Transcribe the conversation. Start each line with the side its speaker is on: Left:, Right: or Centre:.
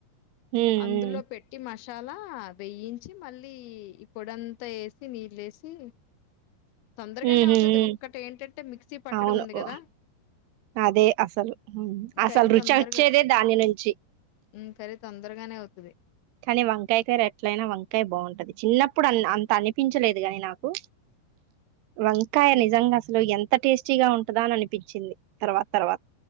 Right: ఉమ్
Left: అందులో
Right: ఉమ్
Left: పెట్టి మష్ చాలా వేయించి మళ్ళీ ఈ పొడంతా ఏసి నీళ్ ఏసి తొందరగానే
Right: ఉహు
Left: అవుతది
Right: ఉమ్
Left: ఒక్కటి ఏంటంటే మిక్సీ పట్టడం
Right: అవును
Left: ఉంది కదా,
Right: ఓహ్! అదే అసలు ఉమ్ అసలు
Left: కర్రీ
Right: రుచి
Left: తొందరగా
Right: వచ్చేదే దాని నుంచి
Left: హు కర్రీ తొం తొందరగానే అవుతది
Right: కానీ వంకాయ కర్రీ ఎట్లయినా వంకాయ బాగుంటది, చిన్నప్పుడు అ అంత అనిపించలేదు గాని నా. కు వంకాయ
Left: ఈ
Right: నిజంగా అసలు ఎన్ అంత టేస్టీగా ఉంటదా అని అనిపించింది తర్వాత్ తర్వాత్